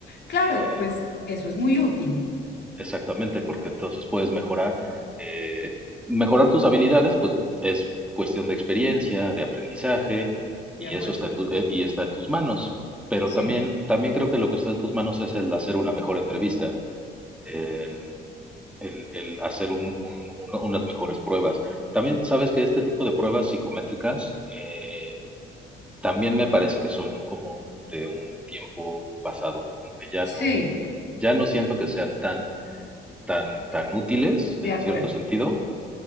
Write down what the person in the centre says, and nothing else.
Eh,
exactamente, porque entonces puedes mejorar, eh, mejorar tus habilidades, pues es cuestión de experiencia, de aprendizaje,
y
eso está en tu- eh, y está en tus manos. Pero
también, también creo que lo que está en tus manos es el hacer una mejor entrevista, el el, el hacer un- un- uno- unas mejores pruebas. También sabes que este tipo de pruebas psicométricas eh, también me parece que son como de un tiempo pasado, como que ya no,
ya no siento que sean tan, tan, tan útiles
en
cierto sentido,